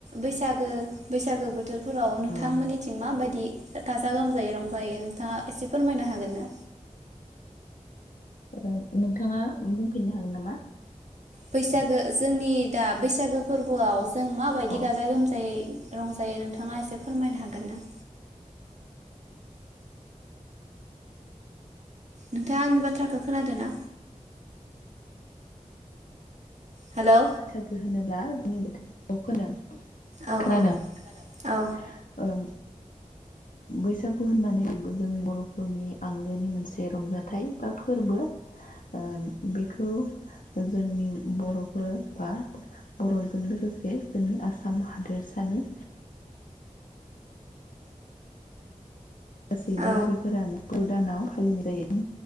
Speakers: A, on the right; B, on the left.
A: बैसागो बैसागो बोथोर। फोराव नोंथांमोननिथिं
B: औ
A: माबायदि थाजा गोमजायै रं। ओमफ्रायो नोंथाङा एसे फोरमायनो हागोन ना?
B: ओ नोंथाङा बुंफिननो हागोन नामा?
A: बैसागो जोंनि दा बैसागो फोरबोआव। जों माबायदि
B: औ
A: गाजा गोमजायै। रंजायो नोंथाङा एसे फोरमायनो हागोन ना? नोंथाङा आंनि बाथ्राखौ खोनादोंना? हेलौ
B: सोरखो होनोब्ला। नि बोथोराव खोनादों।
A: औ
B: खोनादों
A: औ औ
B: ओं। बैसागु होननानै जों बर'फोरनि आंगोनि मोनसे रंजाथाइ बा फोरबो ओ बेखौ जोंनि बर'फोर बा बर'जों लोगोसे जोंनि आसाम हादोरसानि‌। गासैबो
A: औ
B: हारिफोरानो। सै दानाव फालिनाय जायो